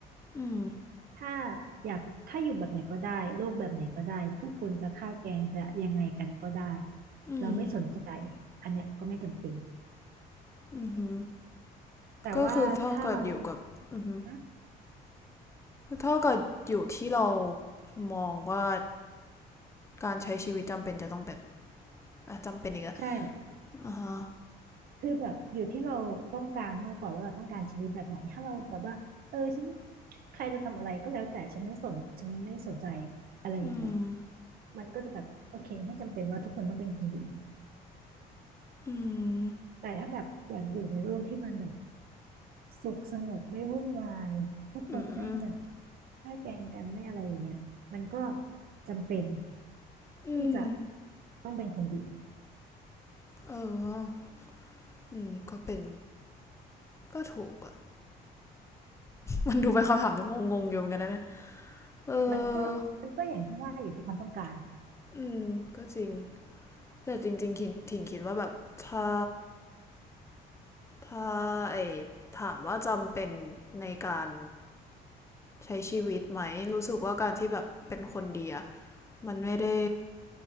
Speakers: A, on the left (about 15°); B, on the right (about 60°).
A: ืม
B: ถ้าอยากถ้าอยู่แบบไหนก็ได้โลกแบบไหนก็ได้ผู้คนจะฆ่าแกล้งจะยังไงกันก็ได้
A: อืม
B: เราไม่สนใจอันเนี้ยก็ไม่จำเป็น
A: อือหื
B: แต่ว่าถ้าเรา
A: ก็คือเท่ากับอยู่กับอือฮึ
B: นะ
A: เท่ากับอยู่ที่เรามองว่าการใช้ชีวิตจำเป็นจะต้องแบบอ่ะจำเป็นอีกอะ
B: ใช่
A: อ่าฮะ
B: คือแบบอยู่ที่เราต้องการมากกว่าว่าเราต้องการชีวิตแบบไหนถ้าเราแบบว่าเออฉันใครจะทำอะไรก็แล้วแต่ฉันไม่สนฉันไม่สนใจอะไรอย่างเงี้ย
A: อืม
B: มันก็จะแบบโอเคไม่จำเป็นว่าทุกคนต้องเป็นคนดี
A: อืม
B: แต่ถ้าแบบอยากอยู่ในโลกที่มันแบบ สุขสงบไม่วุ่นวายทุกคนไม่แบบ
A: อืมอ
B: ฆ่าแกล้งกันไม่อะไรอย่างเงี้ยมันก็จำเป็น
A: ืม
B: ที่จะต้องเป็นคนดี
A: เอออืมก็เป็นก็ถูกอะ มันดูเป็นคำถามที่งงๆอยู่เหมือนกันนะเอ
B: มันก็มันก็อย่างที่ว่าอยู่ที่ความต้องการ
A: ออืมก็จริงแต่จริงๆคิดถิงคิดว่าแบบถ้าถ้าไอถามว่าจำเป็นในการใช้ชีวิตไหมรู้สึกว่าการที่แบบเป็นคนดีอะมันไม่ได้